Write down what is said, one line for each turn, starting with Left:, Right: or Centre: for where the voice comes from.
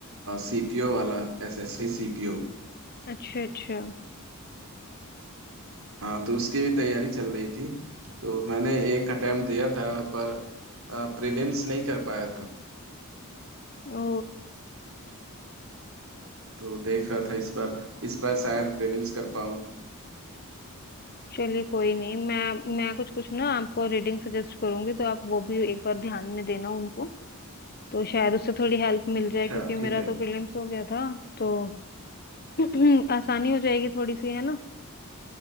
Right: सीपीओ वाला एसएससी सीपीओ
Left: अच्छा अच्छा
Right: हाँ तो उसकी भी तैयारी चल रही थी तो मैंने एक अटेम्प्ट दिया था पर प्रीलिम्स नहीं कर पाया था
Left: ओ
Right: तो देख रहा था इस बार इस बार शायद प्रीलिम्स कर पाऊँ
Left: चलिए कोई नहीं मैं मैं कुछ कुछ ना आपको रीडिंग सजेस्ट करूंगी तो आप वो भी एक बार ध्यान में देना उनको तो शायद उससे थोड़ी हेल्प मिल
Right: अच्छा
Left: जाए क्योंकि
Right: ठीक
Left: मेरा
Right: है
Left: तो प्रीलिम्स हो गया था तो <clears throat> आसानी हो जाएगी थोड़ी सी है ना